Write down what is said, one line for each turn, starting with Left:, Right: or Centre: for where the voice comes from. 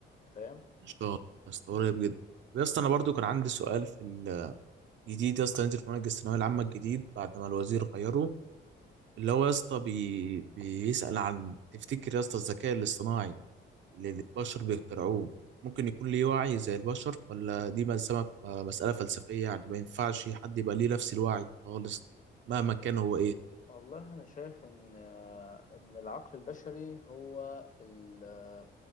Left: أنت فاهم
Right: ان شاء الله يا اسطى قريب جدا يا اسطى انا برضو كان عندي سؤال في الجديد يا اسطى نزل في منهج الثانويه العامه الجديد بعد ما الوزير غيره اللي هو يا اسطى بي... بيسال عن تفتكر يا اسطى الذكاء الاصطناعي اللي البشر بيخترعوه ممكن يكون ليه وعي زي البشر ولا دي مسألة مسألة فلسفية يعني ما ينفعش حد يبقى ليه نفس الوعي خالص مهما كان هو ايه
Left: والله انا شايف ان آه، ان العقل البشري هو ال-